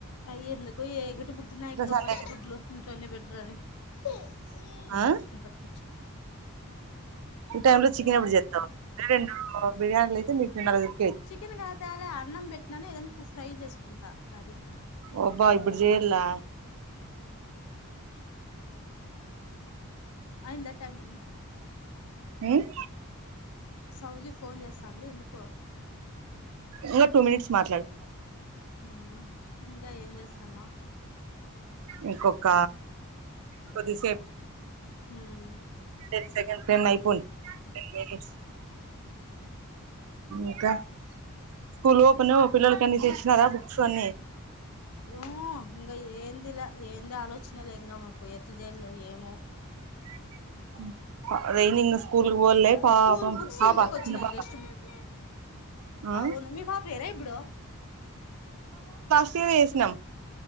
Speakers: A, on the left; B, on the right.
A: అయ్ ఎందుకు ఎగుటి పుట్టినాయ్ ఇక్క
B: సండే
A: బయట
B: కదా
A: గుడ్లు ఇంట్లోనే బెట్రాని. ఉహ్
B: ఆ
A: నన్ పట్టు కూర్చో
B: ఈ టై లో చికెన్ ఎప్పుడు జేతావ్. రెండు బిర్యానీలు అయితే మీకు నలుగుర్
A: చికెన్ కదతేలే అన్నం బెట్టినాను ఏదన్నా కు ఫ్రై చేసుకుంటా కర్రీ.
B: ఒబ్బా ఇబ్బుడ్ జేయాలా.
A: అయిందా టైం ఉ
B: ఉహ్
A: సౌజీ ఫోన్ జేస్తాంది ఎందుకో
B: ఇంగా టూ మినిట్స్ మాట్లాడు
A: హుమ్మ్ నా ఇంకా ఏం జేస్తాన్నావ్.
B: ఇంకొక్క కొద్దిసేప్
A: హుహ్
B: టెన్ సెకడ్ టెన్ అయిపోన్ టెన్ మినిట్స్. ఇంకా స్కూల్ ఓపెన్ పిల్లలకి అన్ని తెచ్చినాదా బుక్స్ అన్ని.
A: ఓ ఇంగా ఏంది లే, ఏంది ఆలోచన లే ఇంగా మాకు ఎట్లా చేయలో ఏమో.
B: యాచింద్ అదైంది. ఇంగా స్కూల్కకి బోవలే పాపం
A: స్కూల్ బుక్స్
B: పాపా
A: ఇంటికి వచ్చినాయి
B: చిన్న పాప.
A: టెక్స్ట్ బుక్
B: ఆ
A: అవును మీ పాప హెయరా ఇబ్బుడు.
B: తినేసనం